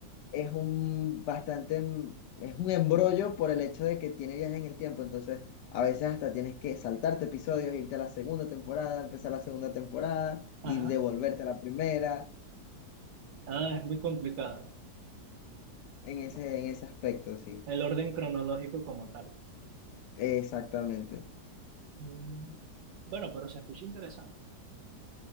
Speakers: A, on the left (about 85°); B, on the right (about 70°).
A: es un bastante, em- es un embrollo por el hecho de que tiene viajes en el tiempo, entonces a veces hasta tienes que saltarte episodios, irte a la segunda temporada, empezar la segunda temporada
B: ajá.
A: y devolverte a la primera,
B: Ah, es muy complicado.
A: en ese, en ese aspecto, sí,
B: El orden cronológico como tal.
A: exactamente.
B: Mm. Bueno, pero se escucha interesante.